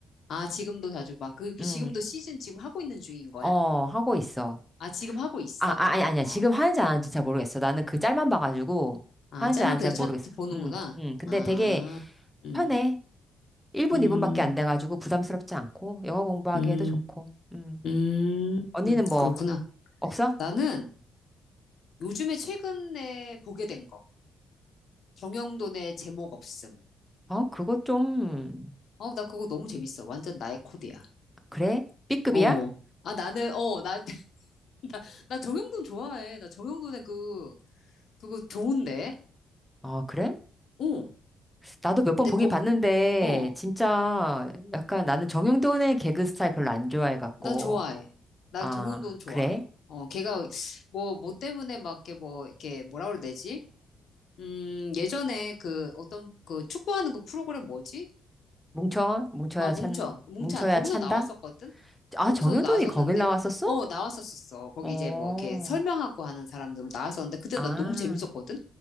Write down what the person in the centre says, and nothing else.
응.
어, 하고 있어.
아, 아, 아니, 아니야.
지금 하는지 안 하는지 잘 모르겠어. 나는 그 짤만 봐가지고
하는지
안 하는지
잘
모르겠어.
응, 응. 근데
되게
편해. 1분,
2분밖에 안 돼가지고 부담스럽지 않고 영어 공부하기에도
좋고. 응.
언니는 뭐
없어?
어, 그거 좀
그래? B급이야?
어, 그래?
나도 몇 번
보긴
봤는데,
진짜 약간 나는 정용돈의 개그 스타일 별로 안 좋아해갖고.
아,
그래?
뭉쳐? 뭉쳐야
찬,
뭉쳐야
찬다?
아,
정용돈이
거길 나왔었어?
어,
아,